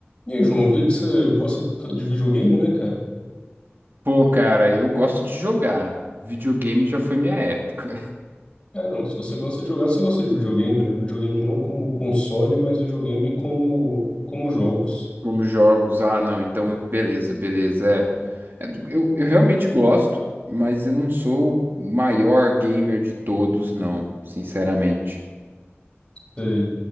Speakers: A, on the left; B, on the right.
A: E aí, João, eu vi que você gosta de videogame, né, cara?
B: Pô, cara, eu gosto de jogar. Videogame já foi minha época.
A: É, não, se você gosta de jogar, você gosta de videogame, né? Videogame não como console, mas videogame como, como jogos.
B: <laughs> Como jogos, ah, não, então beleza, beleza. É, É eu, eu realmente gosto, mas eu não sou o maior gamer de todos, não, sinceramente.
A: Sei.